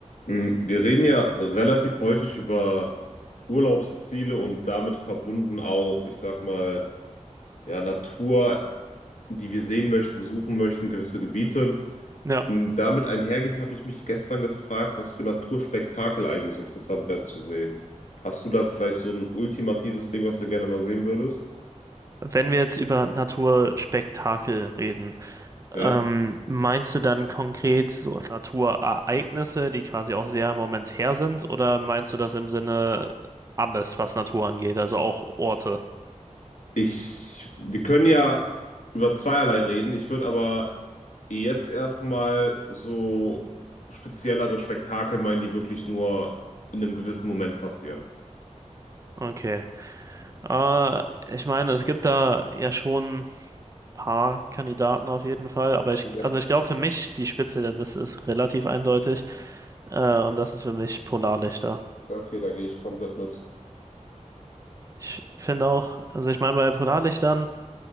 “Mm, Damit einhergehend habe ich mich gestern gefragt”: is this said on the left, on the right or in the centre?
Left